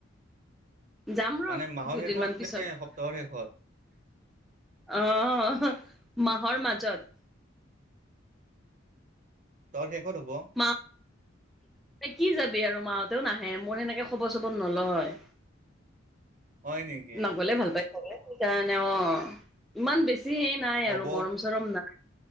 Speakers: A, in the centre; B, on the right (about 40°).
A: যাম ৰহ
B: মানে মাহৰ
A: দুদিনমান
B: শেষত নে
A: পিছত।
B: সপ্তাহৰ শেষত
A: অ হ মাহৰ মাজত।
B: তৰ শেষত হ'ব।
A: মা কি যাবি আৰু মাহঁতেও নাহে মোৰ সেনেকে খবৰ চবৰ নলও হয়।
B: হয় নেকি
A: নগলে ভাল পাই চাগে সেইকাৰণে অ ইমান বেছি হেই নাই
B: হ'ব
A: আৰু মৰম চৰম না